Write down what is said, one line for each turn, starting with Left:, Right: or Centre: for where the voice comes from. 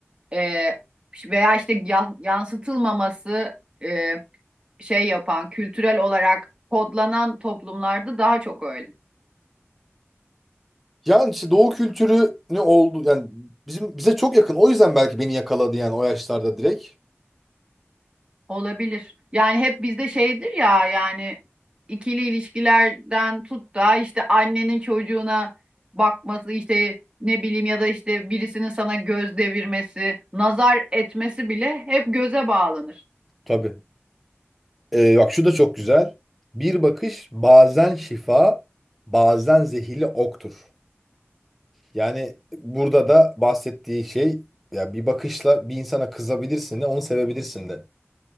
Right: e, veya işte ya- yansıtılmaması e, şey yapan, kültürel olarak kodlanan toplumlarda daha çok öyle.
Centre: Yani işte doğu kültürü ne oldu yani bizim bize çok yakın. O yüzden belki beni yakaladı yani o yaşlarda direkt.
Right: Olabilir. Yani hep bizde şeydir ya yani ikili ilişkilerden tut da işte annenin çocuğuna bakması işte ne bileyim ya da işte birisinin sana göz devirmesi, nazar etmesi bile hep göze bağlanır.
Centre: Tabii. Ee, bak şu da çok güzel. Bir bakış bazen şifa, bazen zehirli oktur. Yani burada da bahsettiği şey ya bir bakışla bir insana kızabilirsin de onu sevebilirsin de.